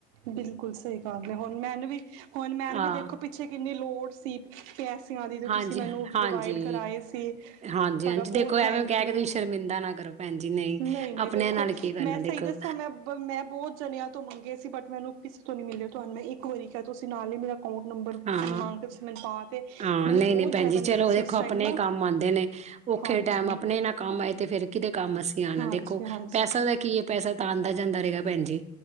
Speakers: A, on the right; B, on the right.
A: ਬਿਲਕੁਲ ਸਹੀ ਗੱਲ ਹੈ ਹੁਣ ਮੈਨੂੰ ਵੀ ਹੁਣ ਮੈਨ
B: ਹਾਂ,
A: ਵੀ ਦੇਖੋ ਪਿੱਛੇ ਕਿੰਨੀ ਲੋੜ ਸੀ ਪੈਸਿਆਂ ਦੀ ਜੋ
B: ਹਾਂਜੀ,
A: ਤੁਸੀਂ ਮੈਨੂੰ
B: ਹਾਂਜੀ,
A: ਪ੍ਰੋਵਾਈਡ ਕਰਵਾਏ ਸੀ ਤੁਹਾਡਾ
B: ਹਾਂਜੀ-ਹਾਂਜੀ ਦੇਖੋ
A: ਬਹੁਤ
B: ਐਵੇਂ
A: ਥੈਂਕ
B: ਕਹਿ
A: ਯੂ
B: ਕੇ ਤੁਸੀਂ ਸ਼ਰਮਿੰਦਾ ਨਾ ਕਰੋ ਭੈਣ ਜੀ
A: ਨਹੀਂ ਨਹੀਂ
B: ਆਪਣਿਆਂ
A: ਵੇਖੋ
B: ਨਾਲ ਕੀ ਕਰਨਾ
A: ਮੈਂ ਸਹੀ
B: ਦੇਖੋ,
A: ਦੱਸਾਂ ਮੈਂ ਮੈਂ ਬਹੁਤ ਜਣਿਆ ਮੰਗੇ ਸੀ ਬ ਮੈਨੂੰ ਕਿਸੇ ਤੋਂ ਨੀ ਮਿਲਿਆ ਤੁਹਾਨੂੰ ਮੈਂ ਇੱਕ ਵਾਰੀ ਕਿਹਾ ਤੁਸੀਂ ਨਾਲ ਹੀ ਮੇਰਾ ਅਕਾਊਂਟ ਨੰਬਰ
B: ਹਾਂ
A: ਮੰਗ ਕੇ ਤੁਸੀਂ ਮੈਨੂੰ ਪਾ ਤੇ
B: ਹਾਂ
A: ਮੈਨੂੰ
B: ਨਹੀਂ
A: ਬਹੁਤ
B: ਨਹੀਂ ਭੈਣ
A: ਜ਼ਿਆਦਾ
B: ਜੀ
A: ਨੀਡ
B: ਚਲੋ
A: ਸੀ
B: ਦੇਖੋ
A: ਉਸ
B: ਆਪਣੇ
A: ਟਾਈਮ ਨਾ
B: ਕੰਮ ਆਉਂਦੇ ਨੇ ਔਖੇ
A: ਹਾਂਜੀ
B: ਟਾਈਮ ਆਪਣੇ ਨਾ ਕੰਮ ਆਏ ਤੇ ਫਿਰ ਕਿਹਤੇ ਕੰਮ ਅਸੀਂ ਆਉਣਾ
A: ਹਾਂਜੀ
B: ਦੇਖੋ
A: ਹਾਂਜੀ
B: ਪੈਸਾ ਦਾ ਕੀ ਹੈ ਪੈਸਾ ਤਾਂ ਆਉਂਦਾ ਜਾਂਦਾ ਰਹੇਗਾ ਭੈਣ ਜੀ